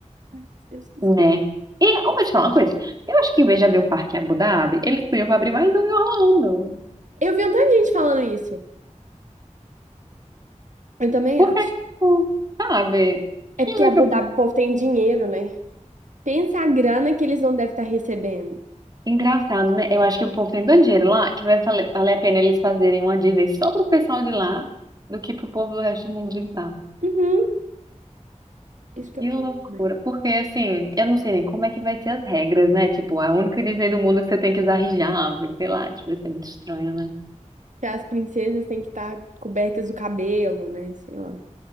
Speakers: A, on the right; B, on the right.
A: Ai, se Deus quiser.
B: né? E eu vou te falar uma coisa. Eu acho que em vez de abrir um parque em Abu Dhabi, eles podiam abrir mais um em Orlando.
A: Eu vi um tanto de gente falando isso. Eu também
B: Porque,
A: acho.
B: tipo, sabe?
A: É
B: Quem
A: porque
B: vai
A: Abu
B: pra
A: Dhabi, o povo tem dinheiro, né? Pensa a grana que eles não devem estar recebendo.
B: Engraçado, né? Eu acho que o povo tem tanto dinheiro lá que vai vale valer a pena eles fazerem uma Disney só pro pessoal de lá do que pro povo do resto do mundo visitar.
A: Uhum, isso que
B: Que
A: eu penso
B: loucura.
A: também.
B: Porque, assim, eu não sei nem como é que vai ser as regras, né? Tipo, a única Disney do mundo que você tem que usar hijab, sei lá, tipo, vai ser muito estranho, né?
A: Que as princesas têm que estar cobertas do cabelo, né? Sei lá.